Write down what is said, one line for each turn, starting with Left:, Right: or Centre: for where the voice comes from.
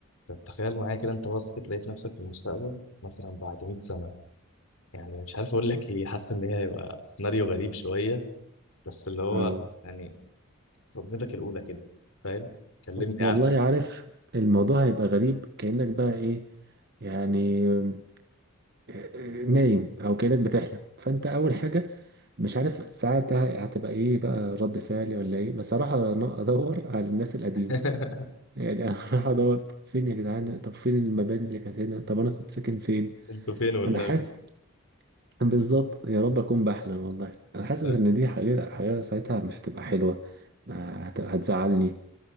Left: طب تخيل معايا كده انت بصحت لقيت نفسك في المستقبل مثلا بعد 100 سنة يعني مش عارف اقول لك ايه حاسس ان هي هيبقى سيناريو غريب شوية بس اللي هو
Right: اه
Left: يعني صدمتك الأولى كده فاهم كلمني
Right: والله
Left: عن
Right: عارف الموضوع هيبقى غريب كأنك بقى ايه يعني آه، آه، نايم او كأنك بتحلم فانت اول حاجة مش عارف ساعتها هتبقى ايه بقى رد فعلي ولا ايه بس هروح أن- ادور على الناس القديمة
Left: <laughs>
Right: يعني <laughs> هروح ادور فين يا جدعان طب فين المباني اللي كانت هنا طب انا كنت ساكن فين
Left: انتوا فين والنبي
Right: انا حاسس بالظبط يا رب اكون بحلم والله انا حاسس
Left: فاهم؟
Right: ان دي حاجة حاجة ساعتها مش هتبقى حلوة آه، هت- هتزعلني